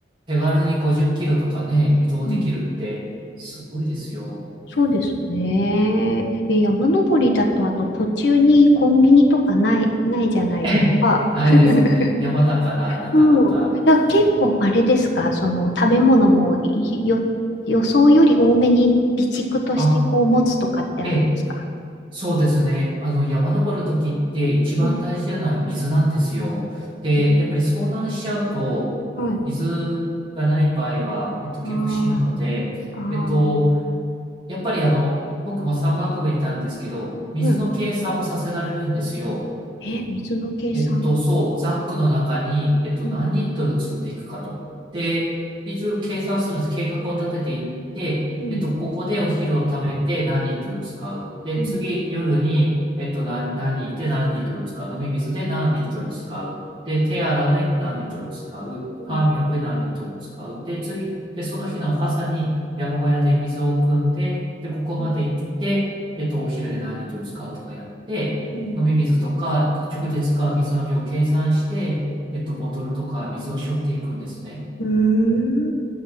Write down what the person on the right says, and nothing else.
手軽に50キロとかね、移動できるって、
すごいですよ。
<laughs> えないですね。
山だから、なかなか。
あ、ええ、そうですね。あの、山登るときって一番大事なのは水なんですよ。
で、
やっぱり遭難しちゃうと、
水がない場合は、えっと、結構死ぬので、
えっと、やっぱりあの、僕も山岳部にいたんですけど、水の計算をさせられるんですよ。
えっと、そう、ザックの中に、えっと、
何リットル積んでいくかと。で、一応計算するんです。計画を立てていって、
えっと、ここでお昼を食べて何リットル使う。で、
次、夜に、えっと、何、何いて何リットル使う。飲み水で何リットル使う。で、手洗うのに何リットル使う。歯磨くに何リットル使う。
で、次、で、その日の朝に山小屋で水を汲んで、で、ここまで行って、
えっと、お昼で何リットル使うとかやって、
飲み水とか、直で使う水の量を計算して、えっと、ボトルとか水を背負っていくんですね。